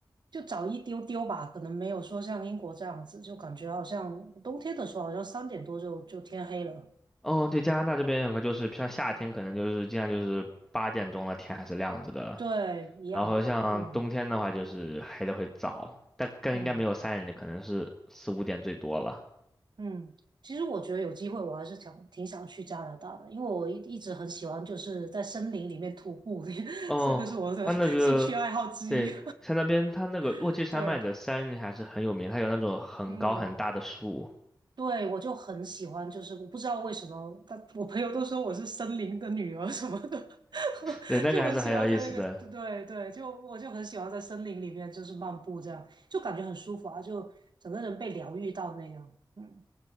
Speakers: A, on the right; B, in the centre.
A: 就早一丢丢吧，可能没有说像英国这样子，就感觉好像冬天的时候，好像三点多就就天黑了。
B: 哦，对，加拿大这边有个就是像夏天可能就是经常就是八点钟了，天还是亮着的。
A: 对，一样的，
B: 然后像冬天的话，
A: 嗯
B: 就是黑的会早，但更应该没有三点的，
A: 嗯。
B: 可能是四五点最多了。
A: 嗯，其实我觉得有机会，我还是想挺想去加拿大的，因为我一一直很喜欢就是在森林里面徒步，<laughs>
B: 哦，
A: 这个是我的
B: 它那个
A: <laughs> 兴趣爱好之一。
B: 对，像那边它那个落基山脉的山林还是很有名，
A: <laughs> 对，
B: 它有那种很高很大的树，
A: 嗯，对，我就很喜欢，就是我不知道为什么，但我朋友都说我是森林的女儿什么的，<laughs>
B: 对，那个还是很有意思的。
A: 就很喜欢在那个，对对，就我就很喜欢在森林里面就是漫步这样，就感觉很舒服啊，就整个人被疗愈到那样。嗯